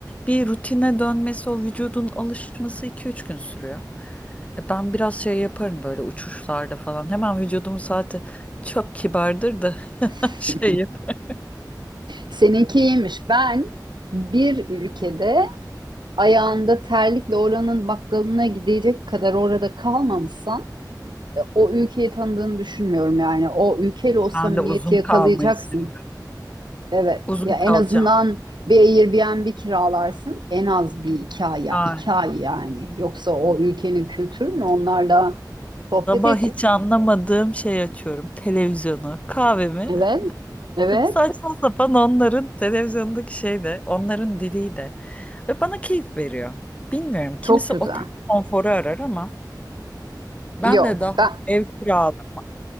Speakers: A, on the left (about 20°); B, on the right (about 85°).
A: bir rutine dönmesi o vücudun alışması iki üç gün sürüyor. E ben biraz şey yaparım böyle uçuşlarda falan hemen vücudumun saati çok kibardır da
B: <laughs>
A: <laughs> şey yaparım.
B: Seninki iyiymiş. Ben bir ülkede ayağında terlikle oranın bakkalına gidecek kadar orada kalmamışsan e, o ülkeyi tanıdığını düşünmüyorum yani. O ülkeyle o samimiyeti
A: Ben de uzun
B: yakalayacaksın.
A: kalmayı seviyorum.
B: Evet.
A: Uzun
B: Ya en
A: kalacağım.
B: azından bir Airbnb kiralarsın. En az bir iki ay ya.
A: Aynen.
B: iki ay yani. Yoksa o ülkenin kültürünü onlarla sohbet
A: Sabah
B: et.
A: hiç anlamadığım şey açıyorum. Televizyonu, kahvemi.
B: Evet.
A: <laughs>
B: Evet.
A: Saçma sapan onların televizyondaki şey de, onların diliyle. Ve bana keyif veriyor. Bilmiyorum.
B: Çok
A: Kimisi
B: güzel.
A: otel konforu arar ama ben
B: Yok.
A: de daha
B: Ben.
A: ev kiralama